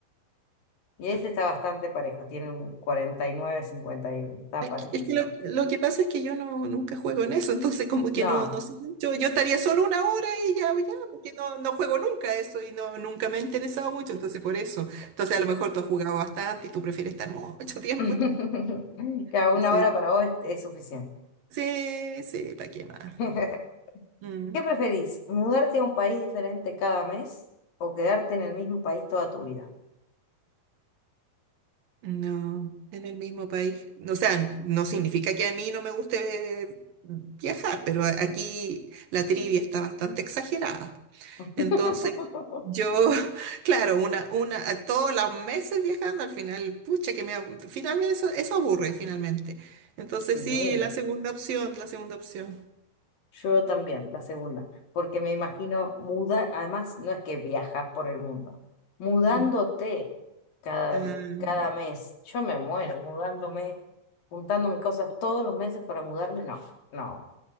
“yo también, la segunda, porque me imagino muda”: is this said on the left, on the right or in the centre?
Left